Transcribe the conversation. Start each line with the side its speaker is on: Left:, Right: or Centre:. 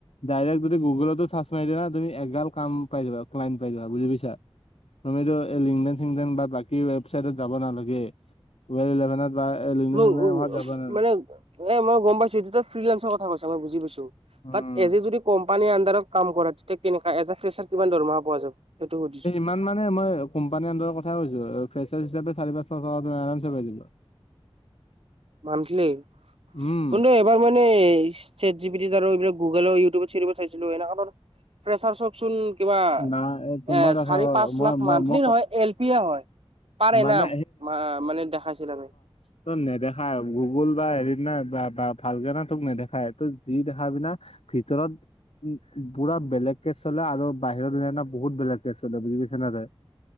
Left: ডাইৰেক্ট যদি গুগলতো চাৰ্চ মাৰি দিবা তুমি এগাল কাম পাই যাবা ক্লাইণ্ট পাই যাব বুজি পাইছা তুমিতো এই লিংটেন চিংটেন বা বাকী ৱেবচাইটত যাব নালাগে টুৱেল ইলেভেনত বা লিংডেন
Right: উ
Left: চিংডেনত যাব নালাগে
Right: মানে এ মই গম পাইছো এইটোত ফ্ৰিলেচৰ কথা কৈছা মই বুজি পাইছো
Left: উম
Right: বাট এজ এ যদি কোম্পানীৰ আণ্ডাৰক কাম কৰা তেতিয়া কেনেকা এজ ফেচাৰ কিমান দৰমহা পোৱা যাব সেইটো সুধিছো
Left: ইমান মানে মই কম্পানীৰ আণ্ডাৰ কথা কৈছো ফেচাচ হিচাপে চাৰি পাঁচ লাখ টকা আৰামচে পাই যাবা
Right: মান্থলি
Left: উম
Right: কোনটো এপ এবাৰ মানে চেট জিপিতিত আৰু এইবিলাক গুগলৰ ইউটিউবত চিউটোবত চাইছিলো এনেকাত ফ্ৰচাৰ্চক চোন কিবা
Left: না তোমাৰ
Right: এ
Left: কথা
Right: চাৰি
Left: ক-
Right: পাঁচ
Left: মই
Right: লাখ
Left: মই
Right: মান্থলি
Left: মই ক-
Right: নহয় এল পি এ হয় পাৰএনাম
Left: মানে
Right: মা মানে দেখাইছিলেগৈ
Left: ত নেদেখাই গুগুল বা হেৰিত নাই বা বা ভালকেনে তোক নেদেখায় ত যি দেখা পিনা ভিতৰত উ পুৰা বেলেগকে চলে আৰু বাহিৰৰ দুনীয়াত ন বহুত বেলেগকে চলে বুজি পাইছ নাই তই